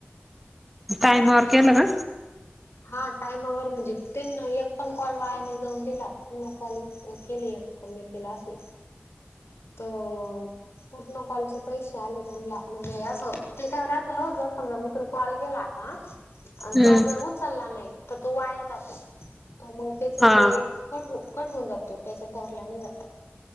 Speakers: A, in the centre; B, on the left.
A: टाईमवर केलं का?
B: हा टाइमवर म्हणजे ते एक पण कॉल वायाने जाऊन दिला पण कॉल केली एक कमी केला असेल तोच पूर्ण कॉलचे पैसे आले त्यांना म्हणजे असं काय राहत हो जमजा मी कॉल केला होता
A: हम्म
B: तो जर उच चालला नाही तर तो वाया जातो तर मग त्याच तो
A: हा
B: कट हो. कट होऊन जातो त्याच्यात धरला नाही जात.